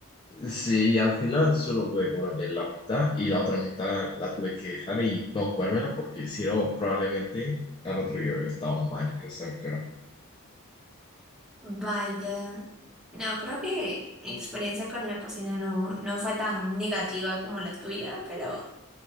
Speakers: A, on the left; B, in the centre.
A: Sí, al final solo pude comerme la mitad y la otra mitad la tuve que dejar y no comérmela porque si no, probablemente al otro día hubiera estado mal y no estaba enfermo.
B: Vaya, no, creo que mi experiencia con la cocina no, no fue tan negativa como la tuya, pero,